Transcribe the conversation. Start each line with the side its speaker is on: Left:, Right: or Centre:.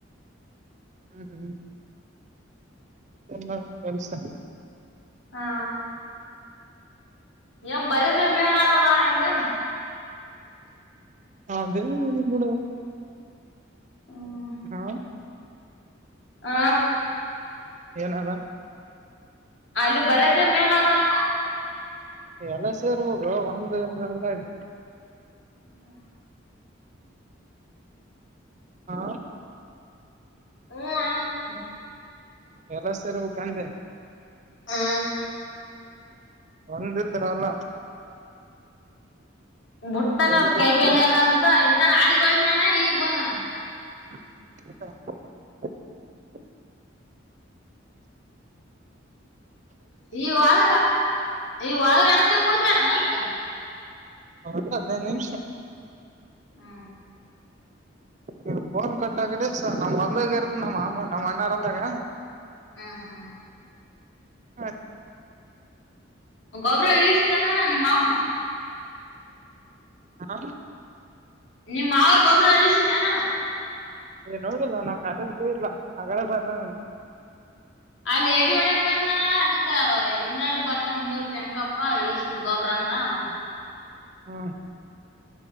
Right: ಹ್ಮ್ ಹ್ಮ್ ಮತ್ತ ಕೆಲ್ಸ
Left: ಹಾ ಎ ಬರೇಸ ಮನಾಾಗಲ್ಲಾನಲ್ಲ
Right: ಹ ಅದೇ ಕೂಡ
Left: ಹ
Right: ಹ್ಮ
Left: ಆ
Right: ಏನವಾ
Left: ಅಲ್ಲಿ ಬರ್ಯದೇ ಮೇನ್ ಆಗಲ್ಲ
Right: ಎಲ್ಲ ಸೇರ್ಬೇಕು ಒಂದಲ್ಲ ಇದೆ
Left: ಹ್ಮ
Right: ಹಾ
Left: ಆ
Right: ಎಲ್ಲ ಸರಿ ಹ ಕಂದೆ
Left: ಹ
Right: ಒಂದಿದ್ರಲ್ಲ
Left: ಬಿಟ್ತಾನತ್
Right: ಬರಿಬೇಕು
Left: ಕೈ ಬೆೇನೆ ಅದ ಅಂತ ಇಡ್ತಾನ ಆಡಗ ಒಯ್ದನಾನ ಈಗಗ್ ಬಂದನ
Right: ಹ
Left: <inaudible> ಈವಾದ್ರೆ ಇವಾದ್ರೆ ಅಡ್ತಿ ಮೂಡ್ತೇನ ನಾಲ್ಕ
Right: ಹೌದ ಹದಿನೈದು ನಿಮಿಷ
Left: ಹ್ಮ
Right: ನೀನ್ ಫೋನ್ ಕಟ್ಟಕ್ರಿ ಸ ನಮ್ ಮೊದ್ಲಾಗ ಇರತ್ತ ನಮ್ಮ ಮಾಮ ನಮ್ಮ್ ಅಣ್ಣಾರಂದಾಗ
Left: ಹ್ಮ ಹಾ್
Right: ಹ್ಮ
Left: ಗೊಬ್ಬರ ಇಳಿಸಿಣ ಅ ಮಾಹಾರ
Right: ಹಾ
Left: ನಿಮ್ಮ್ ಅವ್ರ ಗೊಬರ ಇಿಸಿದ್ದ ನಾನ
Right: ಏ ನೋಡಿಿಲ್ಲ ನಾ ಕಾಲದಕ್ಕೂ ಇಲ ಹಾಗಗಡೆ ಬರ
Left: ಅಲ್ಲಿ ಎಡಿ ಒಡೆಕ್ ಬಂದ್ ನನ ಅದಕ್ ಹಿಂದಾಡಗ್ ಬರ್ತಾನ ಮೂರ್ ಕೆಂಕಪ್ಪ ಇಳಸ್ಬ ಗೊಬ್ರ ಅಂತ ಅ
Right: ಹ್ಮ